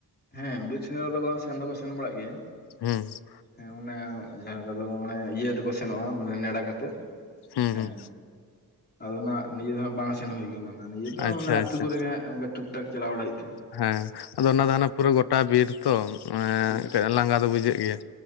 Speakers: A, on the left; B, on the left.
A: ᱦᱮᱸ ᱵᱤᱨ ᱥᱮᱸᱫᱽᱨᱟ ᱨᱮᱫᱚ ᱠᱚ ᱥᱮᱱ ᱫᱚᱠᱚ ᱥᱮᱱ ᱵᱟᱲᱟᱜ ᱜᱮᱭᱟ ᱾
B: ᱦᱩᱸ ᱾
A: ᱦᱮᱸ ᱚᱱᱮ ᱡᱟᱦᱟᱸ ᱠᱚᱫᱚ ᱚᱱᱮ ᱤᱭᱟᱹ ᱛᱮᱠᱚ ᱥᱮᱱᱚᱜᱼᱟ, ᱢᱟᱱᱮ ᱱᱮᱰᱟ ᱠᱟᱛᱮᱫ ᱾
B: ᱦᱩᱸ
A: ᱦᱮᱸ
B: ᱦᱩᱸ
A: ᱟᱫᱚ ᱦᱟᱸᱜ ᱱᱤᱭᱟᱹ ᱫᱚ ᱵᱟᱸᱼᱼ ᱥᱮᱱ ᱦᱩᱭ ᱟᱠᱟᱱᱟ ᱱᱟᱜ, ᱱᱤᱡᱮᱹ ᱫᱚ
B: ᱟᱪᱪᱷᱟ
A: ᱟᱹᱛᱩ
B: ᱟᱪᱪᱷᱟ
A: ᱠᱚᱨᱮ ᱦᱟᱸᱜ ᱱᱚᱝᱠᱟ ᱴᱩᱠ ᱴᱟᱠ ᱪᱟᱞᱟᱣ ᱵᱟᱲᱟ ᱦᱩᱭᱩᱜᱼᱼ
B: ᱦᱮᱸ ᱟᱫᱚ ᱚᱱᱟ ᱫᱚ ᱦᱟᱱᱟ ᱯᱩᱨᱟᱹ ᱜᱚᱴᱼᱼ ᱜᱳᱴᱟ ᱵᱤᱨ ᱛᱚ ᱮᱸ
A: ᱴᱷᱤᱠ ᱴᱷᱤᱠ
B: ᱞᱟᱸᱜᱟ ᱫᱚ ᱵᱩᱡᱷᱟᱹᱜ ᱜᱮᱭᱟ